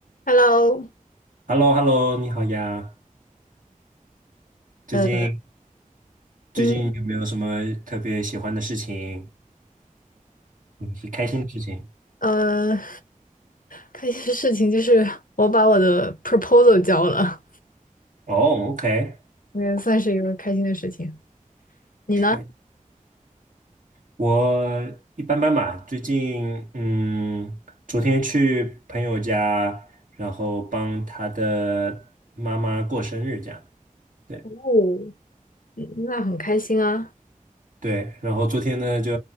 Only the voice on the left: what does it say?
Hello，
呃，
嗯，
呃，开心的事情就是我把我的 proposal 交了，
我也算是一个开心的事情。你呢？
哦，嗯那很开心啊。